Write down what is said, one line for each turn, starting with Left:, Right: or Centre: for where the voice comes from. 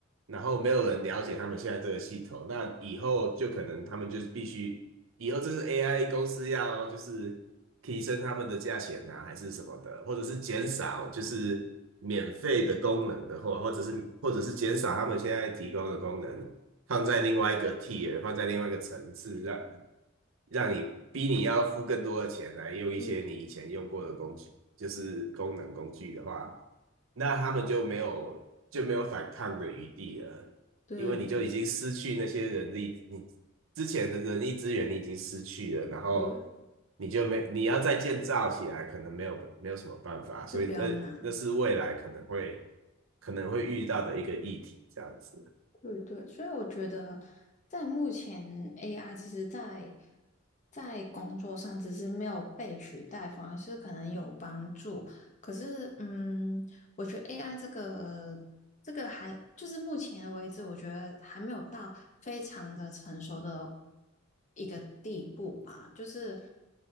Right: 然后没有人了解他们现在这个系统，那以后就可能他们就是必须，以后这是 AI 公司要就是提升他们的价钱啊，还是什么的，或者是减少就是免费的功能的话，或者是或者是减少他们现在提供的功能，放在另外一个 tier，放在另外一个层次，让让你逼你要付更多的钱来用一些你以前用过的工具，
Left: 对
Right: 就是功能工具的话，那他们就没有就没有反抗的余地了，
Left: 对
Right: 因为你就已经失去那些人力，你之前的人力资源你已经失去了，然后
Left: 对，
Right: 你就没你要再建造起来，可能没有没有什么办法，
Left: 就比较难。
Right: 所以那那是未来可能会可能会遇到的一个议题，这样子，
Left: 对对，所以我觉得在目前 AI 其实在，在工作上只是没有被取代，反而是可能有帮助。可是，嗯，我觉得 AI 这个这个还就是目前为止，我觉得还没有到非常的成熟的一个地步吧。就是，